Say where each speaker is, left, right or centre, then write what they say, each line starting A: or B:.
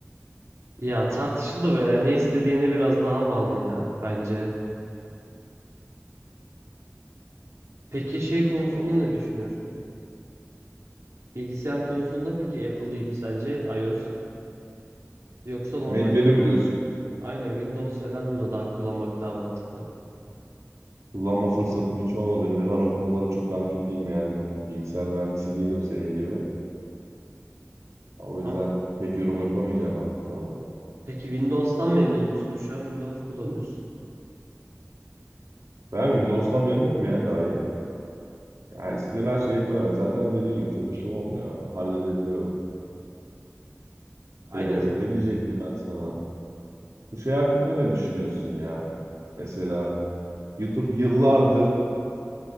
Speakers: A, on the right; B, on the right.
A: Ya tartışılır o ya. Ne istediğine biraz daha bağlı ya bence. Peki şey konusunda
B: Doğru.
A: ne düşünüyorsun? Bilgisayar konusunda peki Apple iyi mi sence? iOS yoksa normal
B: Mac'leri
A: Windows?
B: mi diyorsun?
A: Aynen Windows falan mı daha kullanmak daha mantıklı?
B: Kullanma fırsatım hiç olmadı. Bir de ben o konulara çok hakim değilim yani. Bilgisayar mühendisi değilim senin gibi. O
A: Ama
B: yüzden pek yorum yapamayacağım ben bu konuda.
A: peki Windows'tan memnun musun? Şu an Windows kullanıyorsun.
B: Ben Windows'tan memnunum ya gayet. Yani istediğim her şeyi yapamıyorum. Zaten dediğim gibi çok işim olmuyor. Halledebiliyorum.
A: Aynen
B: Ee,
A: z-
B: ne diyecektim ben sana? Bu şey hakkında ne düşünüyorsun ya? Mesela YouTube yıllardır